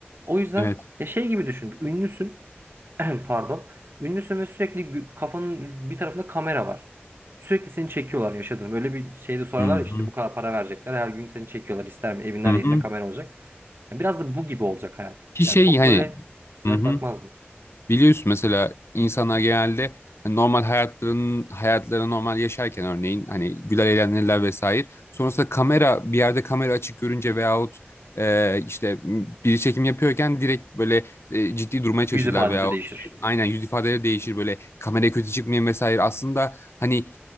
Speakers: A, on the right; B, on the left.
A: O yüzden
B: Evet.
A: ya şey gibi düşün. Bir ünlüsün. <clears throat> Pardon. Ünlüsün ve sürekli gü- kafanın bir tarafında kamera var. Sürekli seni çekiyorlar yaşadığını. Böyle bir şeyde sorarlar
B: Hı hı.
A: ya işte bu kadar para verecekler. Her gün seni çekiyorlar. İster mi? Evin her
B: Hı hı.
A: yerinde kamera olacak. Yani biraz da bu gibi olacak hayat.
B: Ki
A: Yani
B: şey
A: çok
B: hani
A: böyle sıcak
B: hı hı.
A: bakmazdım.
B: Biliyorsun mesela insanlar genelde hani normal hayatlarının hayatları normal yaşarken örneğin hani güler eğlenirler vesaire. Sonrasında kamera bir yerde kamera açık görünce veyahut e, işte m, biri çekim yapıyorken direkt böyle e, ciddi durmaya çalışırlar
A: Yüz ifadesi
B: veyahut
A: değişir.
B: şey- aynen yüz ifadeleri değişir böyle kameraya kötü çıkmayın vesaire. Aslında hani